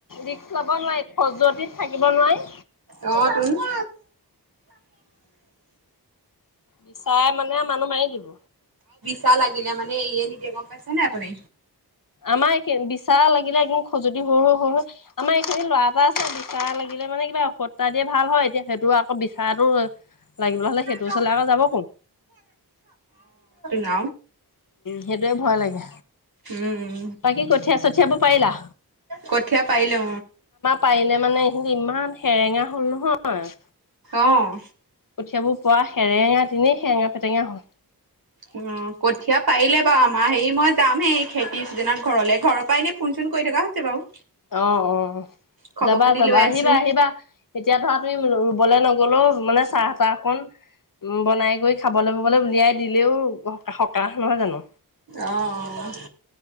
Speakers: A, on the left; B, on the right.
A: ৰিক্ লব নোৱাৰি খজুৱতি থাকিব নোৱাৰি
B: অ তুম উ
A: বিচাই মানে মানুহ মাৰি দিব
B: া লাগিলে মানে এয়ে নিদিয়ে গম পাইছ নে আপুনি
A: আমাৰ এইখিন বিচা লাগিলে একদম খজুৱতি সৰু সৰু সৰু আমাৰ এইখিনি ল'ৰা এটা আছে বিচৰা লাগিলে মানে কিবা ঔষতা দিয়ে ভাল হয় এতিয়া সেইটো বিচাৰো লাগিব হ'লে সেইটো
B: টো
A: ওচৰলে আকৌ যাব কোন
B: ন
A: সেইটোৱে ভয় লাগে
B: উম,
A: বাকী কঠীয়া চঠিয়াব পাইলা
B: কঠীয়া পাৰিলো
A: পাৰিলে মানে এইিনি ইমান সেৰেঙা হল নহয়
B: অ'।
A: কঠিয়াবোৰ পুৱা সেৰেঙা দিনেই সেৰেঙা পেটঙা হল
B: অ কঠীয়াা পাৰিলে বাৰু আমাৰ হেৰি মই আমি এই খেতিছীজেনত ঘৰলৈ ঘৰৰ পৰাই এনে ফোন চোন কৰি থকা হৈছে বাৰু
A: অ অ
B: খবৰ
A: যাবা
B: খাতি
A: যাবা
B: লৈ
A: আহিবা
B: আছো
A: আহিবা এতিয়া ধৰা তুমি বলে ন গ'লও মানে চাহ চাহখন উ বনাই কৰি খাবলৈ বাবলৈ উলিয়াই দিলেও সকাহ নহয় জানো
B: আহ